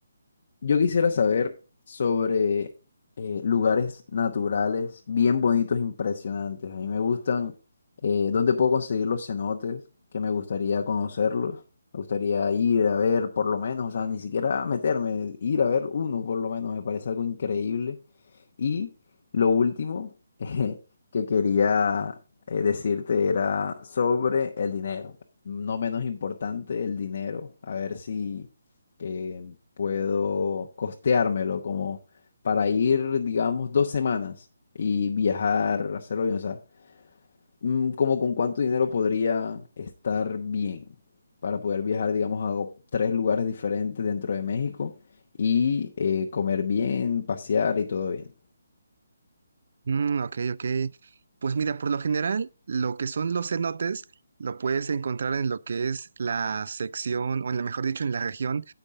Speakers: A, on the left; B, on the right.
A: yo quisiera saber sobre eh, lugares naturales bien bonitos, impresionantes. A mí me gustan, eh, dónde puedo conseguir los cenotes, que me gustaría conocerlos. Me gustaría ir a ver por lo menos, o sea, ni siquiera meterme, ir a ver uno por lo menos, me parece algo increíble. Y lo último <laughs> eh, que quería eh, decirte era sobre el dinero. No menos importante, el dinero. A ver si eh, puedo costeármelo como para ir, digamos, dos semanas y viajar, hacerlo bien. O sea, mm, como con cuánto dinero podría estar bien para poder viajar, digamos, a o- tres lugares diferentes dentro de México y eh, comer bien, pasear y todo bien.
B: Mm, ok, ok. Pues mira, por lo general, lo que son los cenotes lo puedes encontrar en lo que es la sección, o en la, mejor dicho, en la región